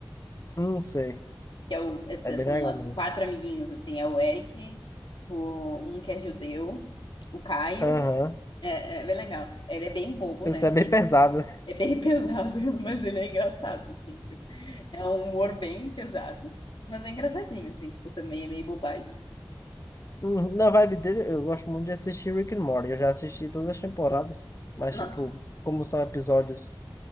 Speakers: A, on the left; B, on the left.
A: Não sei,
B: que é o, é-
A: é bem
B: são
A: legal
B: lá
A: mesmo.
B: quatro amiguinhos, assim, é o Eric, o, um que é judeu, o Caio,
A: Aham,
B: É, é bem legal. Ele é bem bobo,
A: Isso
B: né?
A: é bem
B: Tem,
A: pesado.
B: é bem <laughs> pesado, mas ele é engraçado, assim, tipo, é um humor bem pesado, mas é engraçadinho, assim, tipo, também é meio bobagem.
A: Uhum, Na vibe dele, eu gosto muito de assistir Rick and Morty. Eu já assisti todas as temporadas, mas,
B: Não,
A: tipo, como são episódios